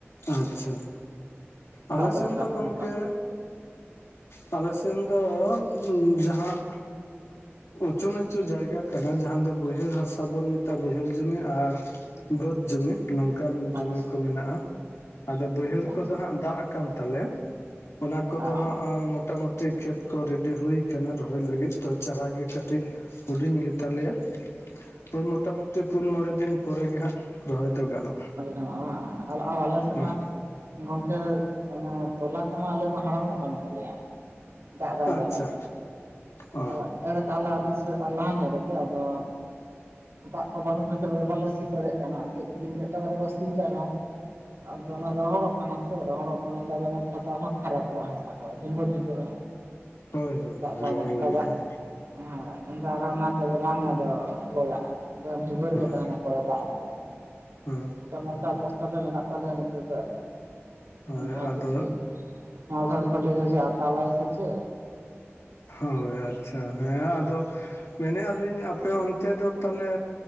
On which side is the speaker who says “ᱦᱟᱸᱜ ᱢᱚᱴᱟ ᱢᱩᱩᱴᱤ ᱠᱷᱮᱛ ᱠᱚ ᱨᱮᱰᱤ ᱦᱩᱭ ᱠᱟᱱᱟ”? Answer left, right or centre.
Left